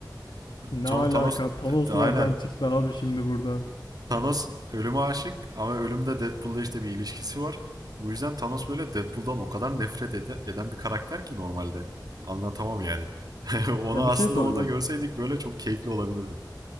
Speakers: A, on the left; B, on the right.
A: Ne
B: Sonra
A: alaka?
B: Thanos
A: Thanos
B: aynen
A: nereden çıktı abi şimdi burada?
B: Thanos ölüme aşık ama ölümde Deadpool'la işte bir ilişkisi var. Bu yüzden Thanos böyle Deadpool'dan o kadar nefret ede- eden bir karakter ki normalde. Anlatamam yani. <laughs> Onu
A: Ya bir
B: aslında
A: şey soracağım.
B: orada görseydik böyle çok keyifli olabilirdi.